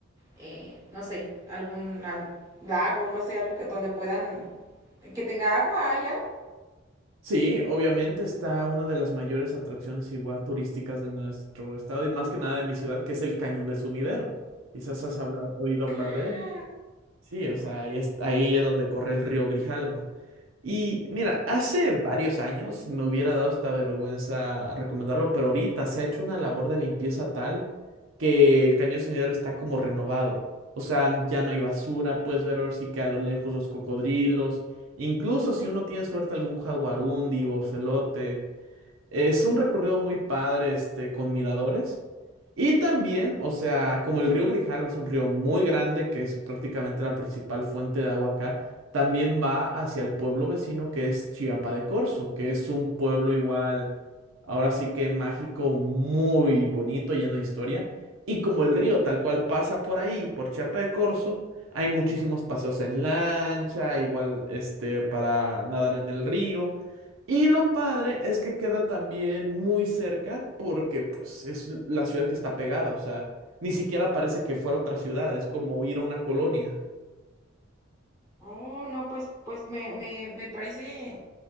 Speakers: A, on the right; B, on the right.
A: eh, no sé, algún al- lago, no sé, algo que donde puedan, que tenga agua, ¿hay algo?
B: Sí, obviamente está una de las mayores atracciones igual turísticas de nuestro estado y más que nada de mi ciudad, que es el Cañón del Sumidero. Quizás has habla- oído hablar
A: Claro.
B: de él. Sí, o sea, ahí es, ahí es donde corre el río Grijalva. Y mira, hace varios años me hubiera dado esta vergüenza recomendarlo, pero ahorita se ha hecho una labor de limpieza tal que el cañón del sumidero está como renovado. O sea, ya no hay basura, puedes ver ahora sí que a lo lejos los cocodrilos. Incluso si uno tiene suerte algún jaguarundi o celote. Es un recorrido muy padre, este, con miradores. Y también, o sea, como el río Grijalva es un río muy grande, que es prácticamente la principal fuente de agua acá, también va hacia el pueblo vecino que es Chiapa de Corzo, que es un pueblo igual, ahora sí que mágico, muy bonito, lleno de historia. Y como el río tal cual pasa por ahí, por Chiapa de Corzo, hay muchísimos paseos en lancha, igual, este, para nadar en el río. Y lo padre es que queda también muy cerca porque pues es l- la ciudad que está pegada, o sea, ni siquiera parece que fuera otra ciudad, es como ir a una colonia.
A: Oh, no, pues, pues me, me, me parece.